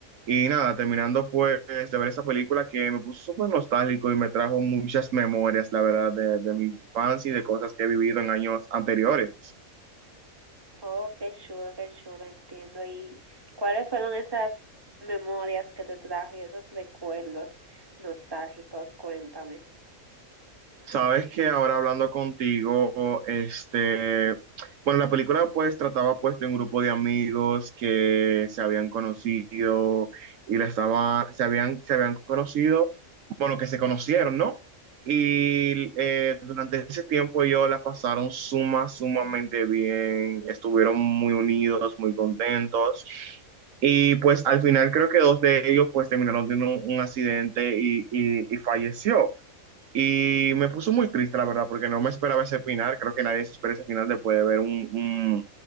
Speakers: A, on the right; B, on the right.
A: Y nada, terminando pues de ver esa película que me puso súper nostálgico y me trajo muchas memorias, la verdad, de, de mi infancia y de cosas que he vivido en años anteriores.
B: Oh, qué chulo, qué chulo, entiendo. ¿Y cuáles fueron esas memorias que te trajo y esos recuerdos nostálgicos? Cuéntame.
A: Sabes que ahora hablando contigo, este, bueno, la película pues trataba pues de un grupo de amigos que se habían conocido y la estaba, se habían, se habían conocido, bueno, que se conocieron, ¿no? Y eh, durante ese tiempo ellos la pasaron suma, sumamente bien, estuvieron muy unidos, muy contentos. Y pues al final creo que dos de ellos pues terminaron teniendo un, un accidente y, y y falleció. Y me puso muy triste, la verdad, porque no me esperaba ese final. Creo que nadie se espera ese final después de ver un, un-